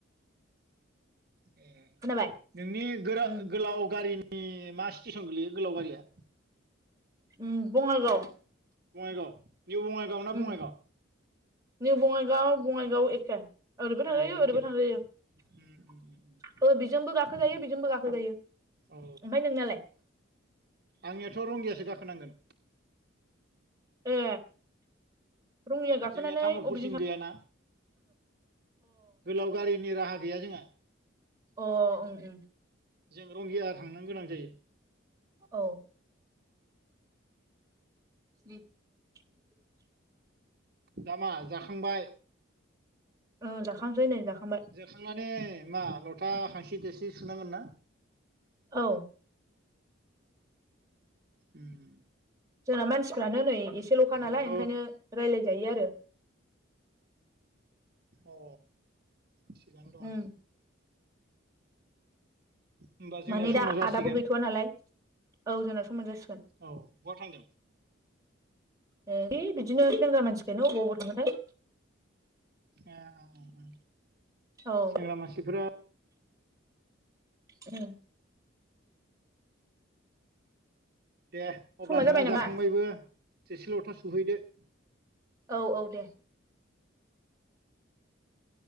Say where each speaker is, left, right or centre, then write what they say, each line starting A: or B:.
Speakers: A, on the right; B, on the right.
A: <inaudible> ए
B: खोनाबाय
A: नोंनि गोराव
B: उम
A: गोलाव गारिनि मासि स्टेसन गोलैयो गोलाव गारिया?
B: उम बङाइगाव
A: बङाइगाव निउ बङाइगाव ना
B: उम
A: बङाइगाव?
B: निउ बङाइगाव बङाइगाव एखे ओरैबो थांजायो
A: ए
B: ओरैबो
A: एखे
B: थांजायो।
A: उम उम उम
B: बिजोंबो गाखोजायो बेजोंबो गाखोजायो। ओमफ्राय
A: औ
B: नोंनालाय?
A: आंनियाथ' रंगियासो गाखोनांगोन।
B: ए रङिया गाखोनानै
A: जोंनिया तामुलपुरसिम
B: अबेजों थां
A: गैयाना गोलाव गारिनि राहा गैया जोंहा।
B: अ ओं ओं
A: जों रंगिया थांनो गोनां जायो।
B: औ <inaudible>
A: दा मा जाखांबाय?
B: ओं जाखांसै नै जाखांबाय।
A: जाखांनानै मा लथा हांसि देरसि सुनांगोन ना?
B: औ
A: उम
B: जोंना मानसिफ्रानो नै एसेल'खा
A: अब्लाथ'
B: नालाय ओंखायनो रायलायजायो आरो।
A: अ थिगानो दं।
B: उम
A: होमबा जोंनिया
B: माने
A: समा
B: दा
A: जासिगोन
B: आदाबो गैथ'वा नालाय औ जोंना समा जासि
A: औ बहा थांदों?
B: है बिदिनो सेंग्रा मानसिखायनो अबाव अबाव थाङोथाय।
A: ए ए ए
B: औ
A: सेंग्रा मानसिफोरा
B: उ
A: दे अब्ला
B: समा
A: नोंहा
B: जाबाय नामा
A: जाखांबायबो थोरसि ल'था सुहैदो।
B: औ औ दे।